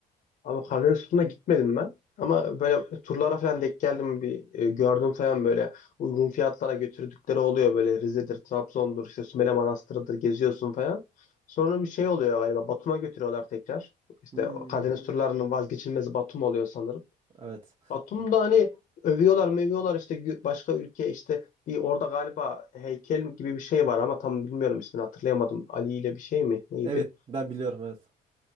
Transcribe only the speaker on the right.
Hmm,
evet.
Evet ben biliyorum evet.